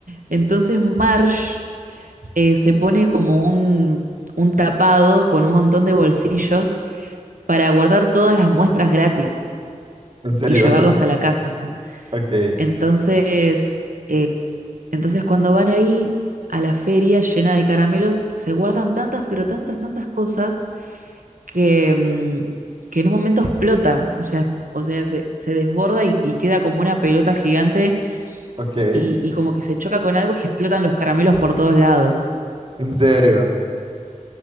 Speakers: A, on the right; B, on the right.
A: entonces Marge eh, se pone como un, un tapado con un montón de bolsillos para guardar todas las muestras gratis
B: En serio.
A: y llevarlas
B: <laughs>
A: a la casa.
B: Ok,
A: Entonces, eh, entonces cuando van ahí a la feria llena de caramelos, se guardan tantas, pero tantas, tantas cosas que, mm, que en un momento explota, o sea, o sea, se, se desborda y, y queda como una pelota gigante
B: ok.
A: y, y como que se choca con algo y explotan los caramelos por todos lados.
B: En serio.